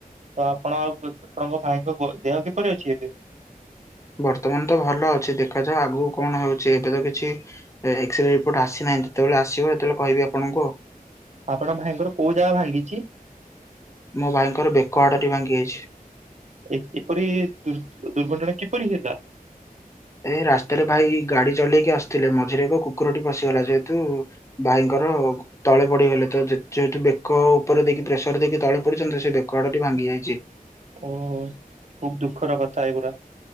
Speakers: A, on the right; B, on the left.
A: ତ ଆପଣ ଆଉ ଆପଣଙ୍କ ଭାଇଙ୍କ ଦେହ କିପରି ଅଛି ଏବେ?
B: ବର୍ତ୍ତମାନ ତ ଭଲ ଅଛି, ଦେଖାଯାଉ ଆଗକୁ କଣ ହୋଉଚି। ଏବେ ତ କିଛି ଏକ୍ସରେ ରିପୋର୍ଟ ଆସିନାହିଁ ଯେତେବେଳେ ଆସିବ ସେତେବେଳେ କହିବି ଆପଣଙ୍କୁ।
A: ଆପଣ ଭାଇଙ୍କର କୋଉ ଜାଗା ଭାଙ୍ଗିଚି?
B: ମୋ ଭାଇଙ୍କର ବେକ ହାଡ ଟି ଭାଙ୍ଗି ଯାଇଛି।
A: ଏ-ଏପରି ଦୁ-ଦୁର୍ଘଟଣା କିପରି ହେଲା?
B: ଏ ରାସ୍ତାରେ ଭାଇ ଗାଡି ଚଲେଇକି ଆସୁଥିଲେ ମଝିରେ ଏକ କୁକୁରଟି ପଶିଗଲା ଯେହେତୁ ଭାଇଙ୍କର ତଳେ ପଡିଗଲେ ତ ଯେ-ଯେହେତୁ ବେକ ଉପରେ ଦେଇକି ପ୍ରେସର ଦେଇକି ତଳେ ପଡିଛନ୍ତି, ସେ ବେକ ହାଡ ଟି ଭାଙ୍ଗି ଯାଇଛି।
A: ଓହୋ ଖୁବ ଦୁଃଖର କଥା ଏଗୁରା।